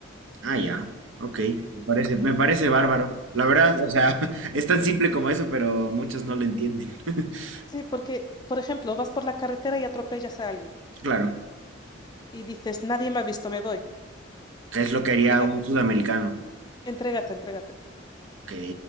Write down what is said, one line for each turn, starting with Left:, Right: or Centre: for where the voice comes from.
Right: Ah, ya, ok, me parece, me parece bárbaro. La verdad, o sea, <laughs> es tan simple como eso, pero muchos no lo entienden. <laughs>
Left: Sí, porque, por ejemplo, vas por la carretera y atropellas a alguien.
Right: Claro,
Left: y dices, nadie me ha visto, me voy.
Right: que es lo que haría
Left: Entrégate,
Right: un sudamericano.
Left: entrégate, entrégate.
Right: Ok.